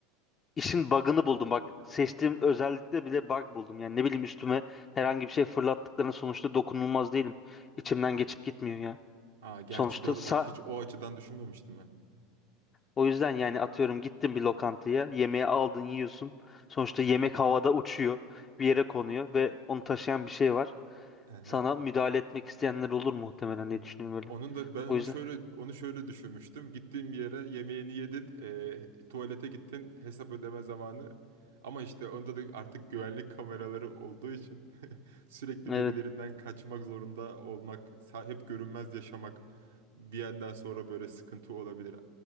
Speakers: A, on the left; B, on the right.
A: işin bug'ını buldum bak seçtiğim özellikle bile bug buldum yani ne bileyim üstüme herhangi bir şey fırlattıklarına sonuçta dokunulmaz değilim. İçimden geçip gitmiyor ya.
B: aa, gerçi
A: Sonuçta
B: doğru
A: sa
B: bak hiç o açıdan düşünmemiştim ben.
A: o yüzden yani atıyorum gittin bir lokantaya yemeği aldın yiyorsun. Sonuçta yemek havada uçuyor bir yere konuyor ve onu taşıyan bir şey var.
B: Aha.
A: Sana müdahale etmek isteyenler olur muhtemelen diye düşünüyorum öyle.
B: Onun da ben onu
A: O yüzden
B: şöyle onu şöyle düşünmüştüm. Gittiğin bir yere yemeğini yedin, e, tuvalete gittin, hesap ödeme zamanı. Ama işte onda da artık güvenlik kameraları olduğu için <laughs> sürekli
A: evet
B: birilerinden kaçmak zorunda olmak, sa- hep görünmez yaşamak bir yandan sonra böyle sıkıntı olabilir.